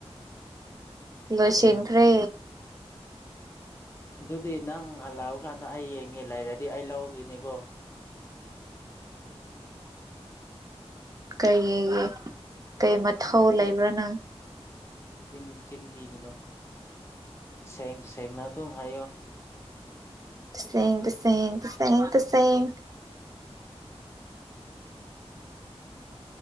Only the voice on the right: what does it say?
ꯂꯣꯏꯁꯅꯈ꯭ꯔꯦ
ꯎ ꯀꯩꯒꯤ ꯀꯩ ꯃꯊꯧ ꯂꯩꯕ꯭ꯔꯥ ꯅꯪ
ꯁꯦꯡ ꯇ ꯁꯦꯡ ꯁꯦꯡ ꯇ ꯁꯦꯡ